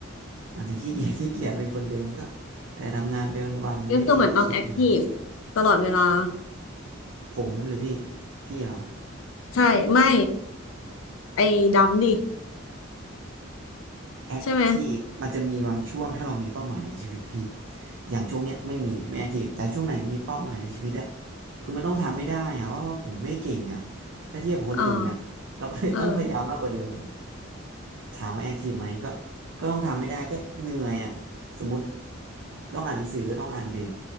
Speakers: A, on the right; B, on the left.
A: อาจจะขี้เกียจ <laughs> ขี้เกียจเป็นคนเดิมก็อาจจะทำงานไปวันๆไม่ได้คิดอะไร
B: ก็คือเหมือนต้องแอคทีฟตลอดเวลา
A: ผมหรือพี่พี่เหรอ
B: ใช่ ไม่ ไอ้ดำดิ
A: แอคทีฟมันจะมีบางช่วงถ้าเรามีเป้าหมายในชีวิตพี่
B: ใช่ไหม
A: อย่างช่วงเนี้ยไม่มีไม่แอคทีฟแต่ช่วงไหนมีเป้าหมายในชีวิตอะคือมันต้องทำไม่ได้อะว่าว่าผมไม่เก่งอะถ้าเทียบกับคนอื่นอะเราก็เลยต้องพยายามมากกว่าเดิม
B: เออเออ
A: ถามว่าแอคทีฟไหมก็ก็ต้องทำไม่ได้ก็เหนื่อยอะสมมติต้องอ่านหนังสือก็ต้องอ่านดึก